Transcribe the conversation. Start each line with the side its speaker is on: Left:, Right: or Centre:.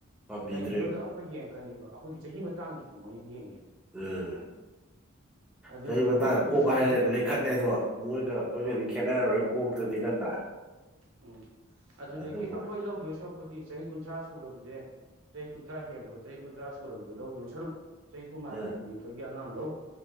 Centre: ꯄꯥꯝꯕꯤꯗ꯭ꯔꯦꯕ
Right: ꯀꯩꯒꯤꯅꯣꯗ ꯑꯩꯈꯣꯏ ꯌꯦꯡꯉꯛꯀꯅꯦꯕ ꯑꯩꯈꯣꯏꯒꯤ ꯆꯍꯤ ꯃꯇꯥꯡꯁꯤꯗ ꯃꯣꯏꯅ ꯌꯦꯡꯉꯦꯕ
Centre: ꯎꯝ
Right: ꯑꯗꯨꯅ
Centre: ꯆꯍꯤ
Right: ꯑꯩꯈꯣꯏ
Centre: ꯃꯇꯥꯡ
Right: ꯂꯧꯗꯣꯏ
Centre: ꯀꯣꯛ
Right: ꯁꯔꯨꯛꯄꯨꯗꯤ
Centre: ꯍꯥꯏ ꯂꯩꯈꯠꯂꯦꯗꯣ ꯃꯣꯏꯒ ꯑꯩꯈꯣꯏꯒꯗꯤ
Right: ꯃꯥꯅꯤ
Centre: ꯈꯦꯠꯅꯔꯔꯣꯏ ꯀꯣꯛꯇꯗꯤ ꯅꯠꯇ꯭ꯔꯥ <unintelligible>
Right: ꯎꯝ ꯑꯗꯨꯗꯒꯤ
Centre: ꯑꯗꯨꯕꯨ
Right: ꯑꯩꯈꯣꯏ ꯁꯔꯛꯄꯗꯤ ꯆꯍꯤ ꯀꯨꯟꯊ꯭ꯔꯥ ꯁꯨꯔꯕꯁꯦ ꯆꯍꯤ ꯀꯨꯟꯊ꯭ꯔꯥ ꯍꯦꯜꯂꯕ ꯆꯍꯤ ꯀꯨꯟꯊ꯭ꯔꯥ ꯁꯨꯔꯕꯗꯤꯦ ꯂꯧꯗꯣꯏ ꯁꯔꯨꯛ ꯆꯍꯤ ꯀꯨꯟꯃꯥꯊꯣꯏ
Centre: ꯑꯥ
Right: ꯀꯨꯟꯅꯤꯊꯣꯏꯒꯤ ꯑꯉꯥꯡ ꯂꯧ